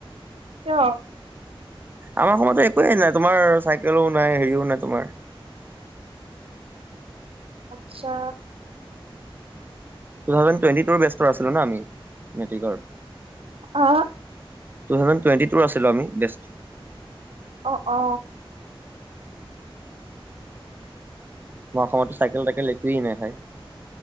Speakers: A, on the right; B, on the right.
A: কিয়
B: আমাৰ সময়তো একোৱেই নাই, তোমাৰ চাইকেলো নাই, হেৰিও নাই তোমাৰ।
A: আচ্ছা।
B: টু থাউজে টুৱেটি টু ব্যস্তৰ আছিলো ন আমি মেট্ৰিকৰ।
A: অ
B: টু থাউজে টেটি ট আছিলো আমি বেষ্ট
A: অ অ
B: মই সময়তো চাইকেল তাইাকেল একোৱেই নাই ভাই